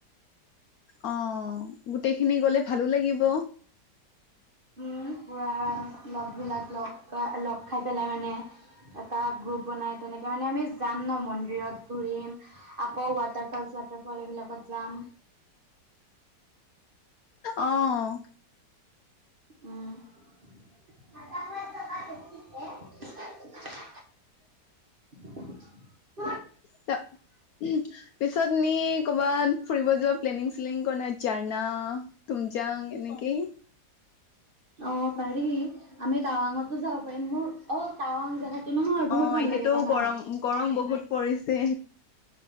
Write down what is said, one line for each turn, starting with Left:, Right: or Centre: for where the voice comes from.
Left: অ' গোটেইখিনি গ'লে। ভালো লাগিব।
Right: উম পুৰা লগবিলাক লগ পা লগ খাই পেলাই মানে। এটা গ্ৰুপ বনাই তেনেকে মানে আমি যাম ন মন্দিৰত ঘুৰিম, আকৌ ৱাটাৰ ফল চোৱাটাৰ ফল এইবিলাকত যাম
Left: অ' <inaudible>
Right: উম <inaudible>
Left: ত উ পিছত নি কৰ'বাত ফুৰিব যোৱা প্লেনিং চ্লেনিং ক নাই জাইনা। উম যাওঁ নিকি?
Right: অ' পাৰি আমি টাৱাংঅতো যাব পাৰিম, মোৰ অ' টাৱাং জেগাতো নহয় বহুত
Left: অ
Right: ভাল
Left: এতিয়াতো
Right: লাগে জানা?
Left: গৰম গৰম বহুত পৰিছে